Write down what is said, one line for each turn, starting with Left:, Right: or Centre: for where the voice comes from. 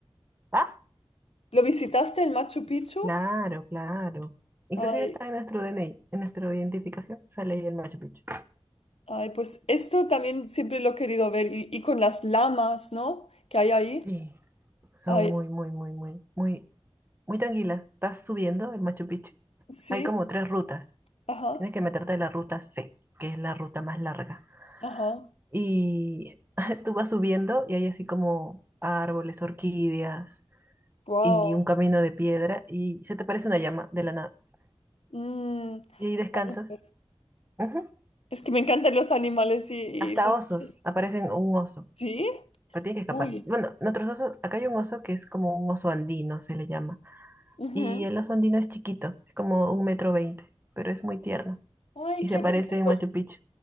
Right: Ah,
Left: ¿Lo visitaste en Machu Picchu?
Right: claro, claro. Inclusive
Left: Ay,
Right: está en nuestro DNI, en nuestra identificación, sale ahí el Machu Picchu.
Left: ay, pues esto también siempre lo he querido ver y, y con las lamas, ¿no? Que hay ahí.
Right: Sí, son
Left: Ay,
Right: muy, muy, muy, muy, muy, muy tranquilas. Estás subiendo el Machu Picchu.
Left: sí,
Right: Hay como tres rutas.
Left: ajá,
Right: Tienes que meterte en la ruta C, que es la ruta más larga.
Left: ajá,
Right: Y <laughs> tú vas subiendo y hay así como árboles, orquídeas,
Left: wow.
Right: y un camino de piedra y se te aparece una llama de la nada.
Left: Mm,
Right: Y ahí descansas.
Left: ay,
Right: Ujú.
Left: es que me encantan los animales y, y
Right: Hasta osos,
Left: los-
Right: aparecen un oso,
Left: ¿Sí?
Right: pero tienes que
Left: Uy.
Right: escapar. Bueno, nuestros osos, acá hay un oso que es como un oso andino, se le llama.
Left: ujú.
Right: Y el oso andino es chiquito, es como un metro veinte, pero es muy tierno.
Left: Ay,
Right: Y
Left: qué
Right: se aparece
Left: bonito.
Right: en Machu Picchu.